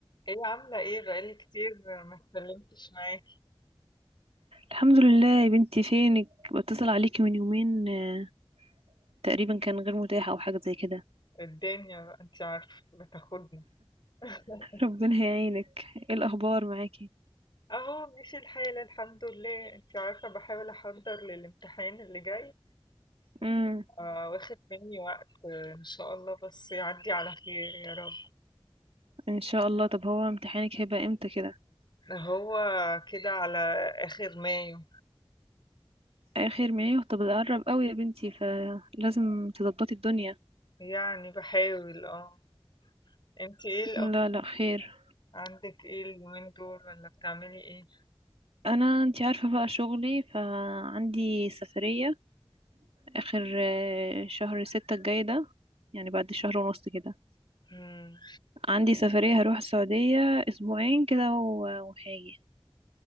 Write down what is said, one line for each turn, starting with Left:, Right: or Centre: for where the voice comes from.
Left: ايه عاملة ايه بقالي كتير ما اتكلمتش معاكي
Right: الحمد لله يا بنتي فينك بتصل عليكي من يومين آه، تقريبا كان غير متاح او حاجه زي كده
Left: الدنيا بقى انت عارفة بتاخدنا <laughs>
Right: ربنا يعينك ايه الاخبار معاكي
Left: اهو ماشي الحال الحمد لله انت عارفة بحاول احضر للامتحان اللي جاي
Right: امم
Left: آه واخد مني وقت آه، ان شاء الله بس يعدي على خير يا رب
Right: ان شاء الله طب هو امتحانك هيبقى امتى كده
Left: ده هو كده على اخر مايو
Right: اخر ما ايه طب ده قرب قوي يا بنتي فلازم تظبطي الدنيا
Left: يعني بحاول اه انت ايه الاخبار
Right: لا لا خير
Left: عندك ايه اليومين دول ولا بتعملي ايه
Right: انا انتي عارفه بقى شغلي فعندي سفريه اخر آه، شهر ستة الجاي ده يعني بعد شهر ونص كده
Left: امم
Right: عندي سفريه هروح السعوديه اسبوعين كده و- وهاجي